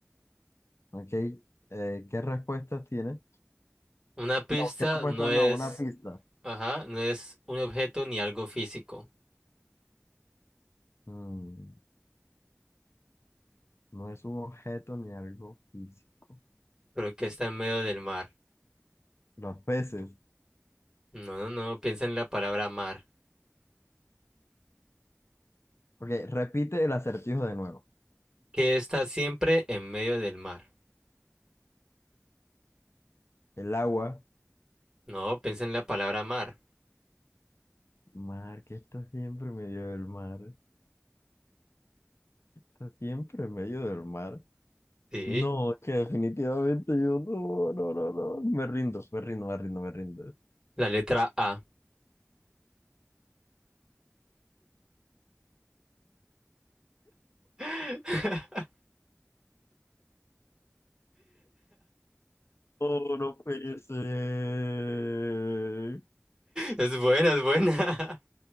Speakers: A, on the left; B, on the right.
A: Ok. eh, ¿qué respuestas tienes?
B: Una pista
A: No, ¿qué respuesta?
B: no es,
A: No, una pista.
B: ajá, no es un objeto ni algo físico,
A: Mm, no es un objeto ni algo físico.
B: pero ¿qué está en medio del mar?
A: Los peces.
B: No, no, no, piensa en la palabra mar.
A: Ok, repite el acertijo de nuevo.
B: ¿Qué está siempre en medio del mar?
A: El agua.
B: No, piensa en la palabra mar.
A: Mar, que está siempre en medio del mar. Está siempre en medio del mar.
B: Sí,
A: No, es que definitivamente yo no, no, no, no. Me rindo, me rindo, me rindo, me rindo.
B: la letra A. <laughs>
A: No, no puede ser.
B: Es buena, es buena.